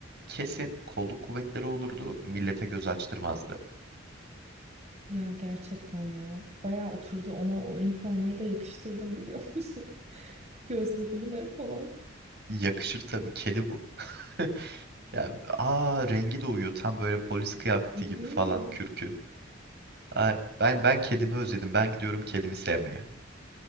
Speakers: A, on the right (about 55°); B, on the right (about 35°).
A: Kesin kolluk kuvvetleri olurdu, millete göz açtırmazdı.
B: Ya gerçekten ya. Bayağı oturdu ona o üniformayı da yakıştırdım biliyor musun? <laughs> Gözlerine falan.
A: Yakışır tabii, kedi bu. <laughs> Ya aa rengi de uyuyor tam böyle polis kıyafeti gibi
B: Giriyor.
A: falan kürkü. Ay ben ben kedimi özledim. Ben gidiyorum kedimi sevmeye.